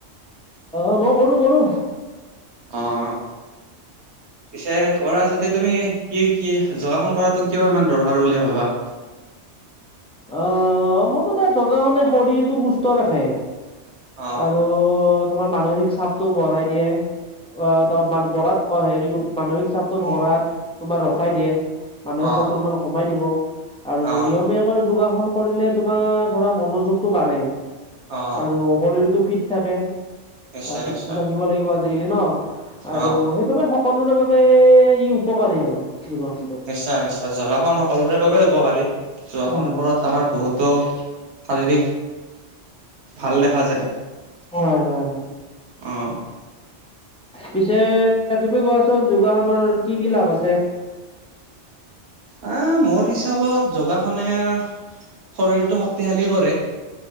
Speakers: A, in the centre; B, on the right.
A: অ', মই কৰো কৰো।
B: অ'। পিছে, কৰা যদি তুমি কি, কি যোগাসন কৰাটো কিয় ইমান দৰকাৰ বুলি ভাবা?
A: অ', মোৰ কথা, যগাসনে শৰীৰটো সুস্থ ৰাখে।
B: অ
A: আৰু তোমাৰ মানসিক চাপটো বঢ়াই দিয়ে। অ', মান ওপৰত। অ', হেৰি মানসিক চাপটো বঢ়াত তোমাৰ ৰখাই দিয়ে। মানসিক
B: অ
A: চাপটো অকমান কমাই দিব। আৰু
B: অ
A: নিয়মীয়াকৈ যোগাসন কৰিলে তোমাৰ ধৰা মনোযোগটো বাঢ়ে।
B: অ
A: আৰু শৰীৰটো ফিট থাকে।
B: নিশ্চয়
A: ফিটটো
B: নিশ্চয়
A: থাকিব লাগিব আজিকালি ন? আৰু
B: অ
A: সেইবাবে সকলোৰে বাবে ই উপকাৰী আৰু। যোগাসন।
B: নিশ্চয়, নিশ্চয়। যোগাসন সকলোৰে বাবে উপকাৰী। যোগাসনৰ
A: উম
B: ফলত আমাৰ বহুতো শাৰীৰিক ভাল দেখা যায়।
A: হয়, হয়, হয়।
B: অ'।
A: পিছে, তুমি কোৱাচোন যোগাসনৰ কি কি লাভ আছে?
B: অ', মোৰ হিচাপত যোগাসনে শৰীৰটো শক্তিশালী কৰে।